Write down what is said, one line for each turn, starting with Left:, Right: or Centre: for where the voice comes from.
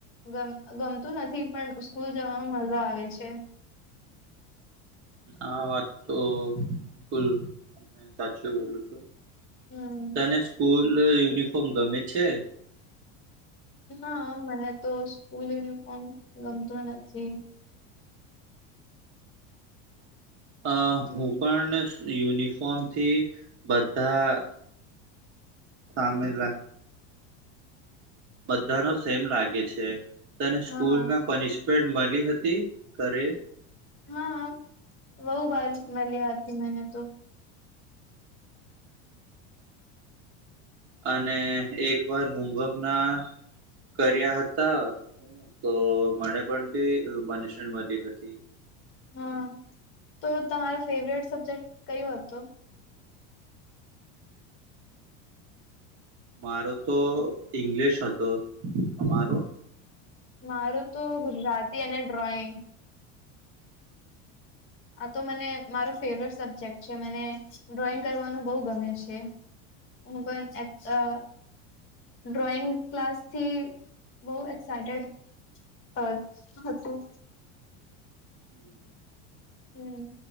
Left: ગમ ગમતું નથી પણ સ્કૂલ જવાનો મજા આવે છે.
Right: આ વાત તો બુલ અમને સાચી બોલું છું.
Left: હમ
Right: તને સ્કૂલ યુનિફોર્મ ગમે છે?
Left: ના મને તો સ્કૂલ યુનિફોર્મ ગમતું નથી.
Right: હ અ
Left: હમ.
Right: હું પણ યુનિફોર્મ થી બધા સામે લ બધાનો સેમ લાગે છે તને
Left: હા
Right: સ્કૂલ ના પનિશમેન્ટ લી હતી ઘરે?
Left: હા વહુ બાર મે લ આતી મેને તો
Right: અને એક વાર હોમવર્ક ના કર્યા હતા તો મને પણ કે પનિષમેન્ટ મળી હતી
Left: હા તો તમારો ફેવરેટ સબ્જેક્ટ કયો હતો?
Right: મારો તો ઇંગ્લિશ હતો અમારો
Left: મારું તો ગુજરાતી અને ડ્રોઈંગ. આ તો મને મારો ફેવરેટ સબ્જેક્ટ છે મને ડ્રોઈંગ કરવાનું બહુ ગમે છે. હું પણ એ ડ્રોઈંગ ક્લાસ થી બહ એક્સાયટેડ અ હતું
Right: હમ્મ
Left: હમ્મ